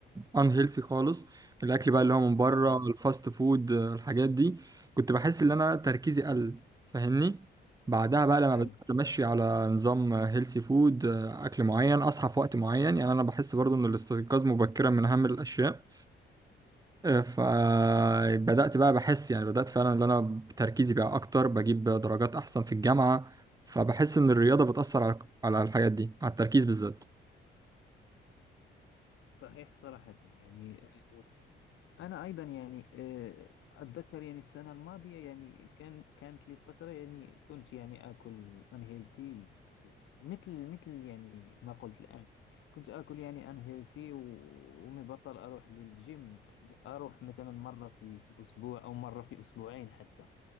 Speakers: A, on the right (about 20°); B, on the left (about 80°).
A: ان هيلثي خالص الاكل بقى اللي هو من بره
B: آه.
A: الفاست فود الحاجات دي كنت بحس ان انا تركيزي قل فاهمني بعدها بقى لما
B: آه.
A: بدات امشي على نظام هيلثي فود اكل معين اصحى في وقت معين يعني انا بحس برضو ان الاستيقاظ مبكرا من اهم الاشياء فبدأت بقى بحس يعني بدأت فعلا ان انا تركيزي بقى اكتر بجيب درجات احسن في الجامعة فبحس ان الرياضة بتأثر على على الحاجات دي على التركيز بالذات
B: صحيح صراحة يعني آه، أنا أيضا يعني آه، أتذكر يعني السنة الماضية يعني كان كانت لي فترة يعني كنت يعني آكل unhealthy مثل مثل يعني ما قلت الآن كنت آكل يعني unhealthy و- ومبطل أروح للجيم أروح مثلا مرة في في الأسبوع أو مرة في أسبوعين حتى